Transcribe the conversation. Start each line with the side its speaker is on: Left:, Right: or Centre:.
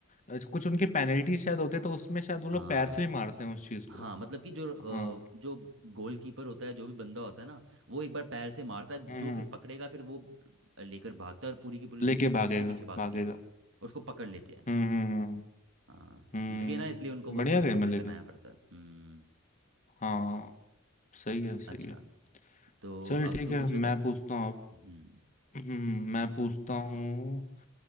Left: अ, कुछ उनकी पेनल्टी शायद होते तो उसमें शायद वो लोग
Right: हाँ
Left: पैर से भी मारते हैं उस चीज
Right: हाँ
Left: को
Right: मतलब कि जो
Left: हाँ
Right: अ, जो गोलकीपर होता है जो भी बंदा होता है ना वो एक बार पैर से मारता है
Left: हम्म
Right: जो
Left: हम्म
Right: फिर पकड़ेगा फिर वो लेकर भागता है और पूरी की पूरी
Left: लेके
Right: दूसरी टीम
Left: भागेगा
Right: उसके पीछे भागती
Left: भागेगा
Right: है और उसको पकड़ लेते हैं
Left: हम्म हम्म हम्म।
Right: हाँ
Left: हम्म
Right: लगे ना इसलिए उनको वो
Left: बढ़िया
Right: सेफ्टी
Left: गेम
Right: के
Left: है
Right: लिए
Left: लेकिन
Right: पहनाया पड़ता है हम्म
Left: हाँ सही है
Right: अच्छा
Left: सही है
Right: तो
Left: चल
Right: अब
Left: ठीक
Right: तू
Left: है
Right: पूछेगा
Left: मैं पूछता हूँ अब
Right: हम्म
Left: हम्म, मैं पूछता हूँ